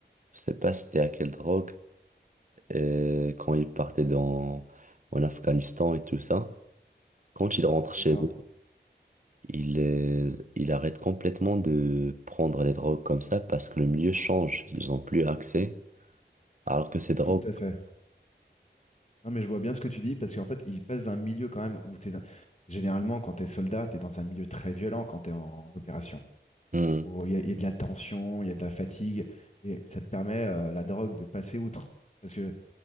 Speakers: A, on the right; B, on the left.
A: je sais pas c'était à quelle drogue, euh, quand ils partaient dans... en Afghanistan et tout ça, quand ils rentrent chez
B: D'accord.
A: eux, il, euh, il arrête complètement de prendre les drogues comme ça parce que le milieu change. Ils n'ont plus accès. Alors que ces drogues.
B: Tout à fait. Non, mais je vois bien ce que tu dis parce qu'en fait, il passe d'un milieu quand même où t'es dans- généralement quand t'es soldat, t'es dans un milieu très violent quand t'es en, en opération.
A: Hmm.
B: Oh, Il y a, il y a de la tension, il y a de la fatigue et ça te permet euh, la drogue de passer outre. Parce que